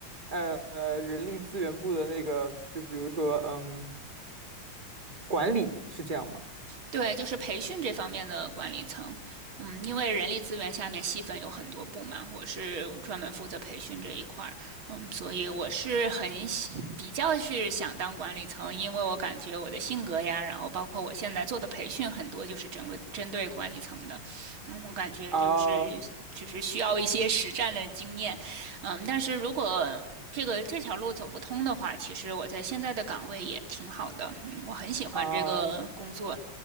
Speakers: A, on the right; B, on the right.
A: 呃呃人力资源部的那个，就比如说嗯管理是这样吗？
B: 对，就是培训这方面的管理层，嗯，因为人力资源下面细分有很多部嘛，我是专门负责培训这一块儿，嗯，所以我是很比较是想当管理层，因为我感觉我的性格呀，然后包括我现在做的培训很多就是针对针对管理层的，嗯，我感觉就是就是需要一些实战的经验，
A: 啊
B: 嗯，但是如果这个这条路走不通的话，其实我在现在的岗位也挺好的，嗯，我很喜欢这个工作，
A: 啊